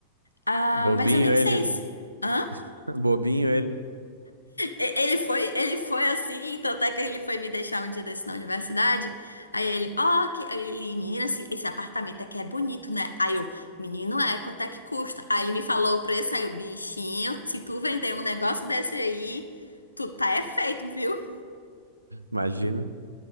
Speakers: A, on the left (about 85°); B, on the right (about 80°).
A: Ah,
B: Bobinho
A: mas eu nem
B: ele,
A: sei
B: né?
A: se. Hã?
B: <laughs> Bobinho ele.
A: E- Ele foi, ele foi assim, tanto é que ele foi me deixar um dia desse na universidade. Aí ele, ó, que aí ele, menina, esse, esse apartamento aqui é bonito, né? Aí eu, menino, é, quanto é que custa? Aí ele me falou o preço, aí eu, bichinho, se tu vender um negócio desse aí, tu tá é feito, viu?
B: Imagina.